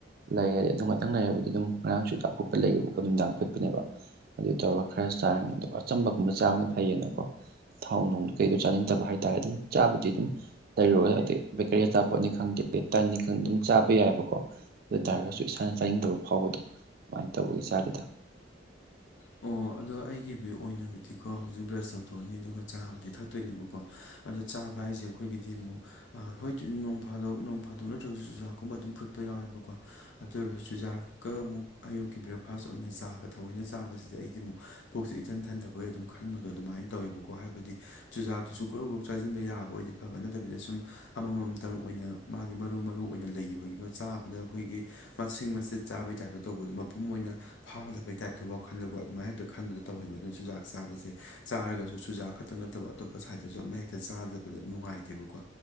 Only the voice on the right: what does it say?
ꯂꯩꯔꯦ ꯑꯗꯨ ꯉꯥꯛꯇꯪ ꯂꯩꯔꯕꯗꯤ ꯑꯗꯨꯝ ꯉꯔꯥꯡꯁꯨ ꯆꯨꯖꯥꯛ ꯐꯨꯠꯄ ꯂꯩꯌꯦꯕꯀꯣ ꯅꯨꯡꯗꯥꯡ ꯐꯨꯠꯄꯅꯦꯕ ꯑꯗꯨ ꯇꯧꯔꯒ ꯈꯔ ꯆꯥꯔꯅꯤ ꯑꯗꯨꯒ ꯑꯆꯝꯕꯒꯨꯝꯕ ꯆꯥꯕꯅ ꯐꯩꯌꯦꯅꯀꯣ ꯊꯥꯎ ꯅꯨꯡ ꯀꯩꯗꯣ ꯆꯥꯅꯤꯡꯇꯕ ꯍꯥꯏꯇꯥꯔꯦ ꯑꯗꯨꯝ ꯆꯥꯕꯗꯤ ꯑꯗꯨꯝ ꯂꯩ <unintelligible> ꯕꯦꯀꯔꯤ ꯑꯆꯥꯄꯣꯠꯅꯤ ꯈꯪꯗꯦ ꯇꯟꯅꯤ ꯈꯪ ꯑꯗꯨꯝ ꯆꯥꯕ ꯌꯥꯏꯕꯣ ꯀꯣ ꯑꯗꯨ ꯇꯥꯔꯒꯁꯨ ꯏꯁꯥꯅ ꯆꯥꯅꯤꯡꯗꯕ ꯐꯥꯎꯕꯗꯣ ꯑꯗꯨꯃꯥꯏꯅ ꯇꯧꯕꯒꯤ ꯆꯥꯗꯦꯗ